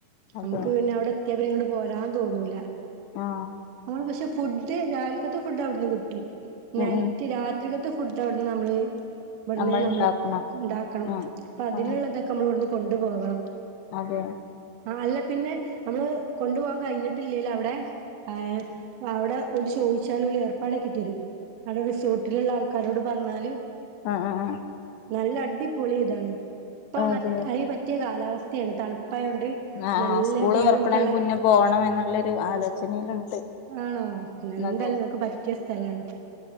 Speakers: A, on the left; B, on the right.
A: അതെ
B: നമ്മക്ക് പിന്നെ അവിടെ എത്തിയാ പിന്നെ ഇങ്ങട്ട് പോരാൻ തോന്നൂല
A: ആ
B: നമ്മള് പക്ഷെ ഫുഡ് രാവില്ക്കത്തെ ഫുഡ് അവിടുന്ന് കിട്ടും നൈറ്റ്
A: ഉം ഉം
B: രാത്രിക്കത്തെ ഫുഡ് അവിടന്ന് നമ്മള് ഇവിട്ന്നേ
A: നമ്മൾ
B: നമ്മള്
A: ഉണ്ടാക്കണം
B: ഉണ്ടാക്കണം
A: ആ
B: അപ്പം അതിനുള്ളതൊക്കെ
A: ആ
B: നമ്മള് ഇവിടുന്ന് കൊണ്ടുപോകണം
A: അതെ
B: ആഹ് അല്ല പിന്നെ നമ്മള് കൊണ്ടു പോകാൻ കഴിഞ്ഞിട്ടില്ലേൽ അവിടെ ഏഹ് അവിടെ ഒരട് ചോയിച്ചാല് ഓല് ഏർപ്പാടാക്കി തരും അടെ റിസോർട്ടില്ള്ള ആൾക്കാരോട് പറ്ഞ്ഞാല്
A: ആഹ് ആഹ് ആഹ്
B: നല്ല അടിപൊളി ഇതാണ് ഇപ്പം
A: അതെ
B: അയിന് പറ്റിയ കാലാവസ്ഥയാണ് തണുപ്പായോണ്ട്
A: ആ
B: നല്ല
A: ആ സ്കൂള്
B: വ്യൂ
A: തുറക്കണേന്
B: ഒക്കെ ള്ളെ
A: മുന്നേ പോണം എന്നുള്ളൊരു ആലോചനയിലുണ്ട്
B: ആണോ ന്നാ എന്തായാലും
A: അതെ
B: ങ്ങക്ക് പറ്റിയ സ്ഥലാണ്